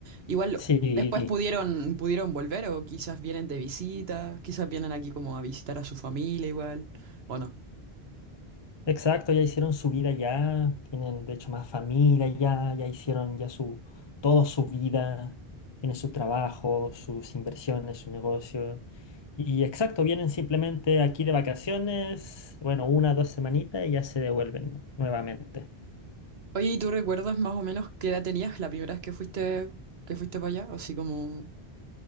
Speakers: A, on the right; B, on the left.
A: igual
B: Sí,
A: después pudieron, pudieron volver o quizás vienen de visita, quizás vienen aquí como a visitar a su familia igual, o no.
B: Exacto, ya hicieron su vida ya, tienen de hecho más familia ya, ya hicieron ya su, todo su vida, tienen su trabajo, sus inversiones, su negocio. Y exacto, vienen simplemente aquí de vacaciones, bueno, una dos semanitas y ya se devuelven nuevamente.
A: Oye, ¿y tú recuerdas más o menos qué edad tenías la primera vez que fuiste, que fuiste para allá? Así como...